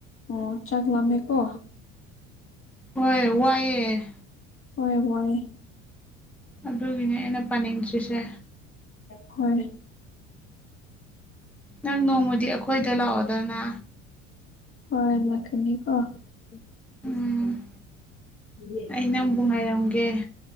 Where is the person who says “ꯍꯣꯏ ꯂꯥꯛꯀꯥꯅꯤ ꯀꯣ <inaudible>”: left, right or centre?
Left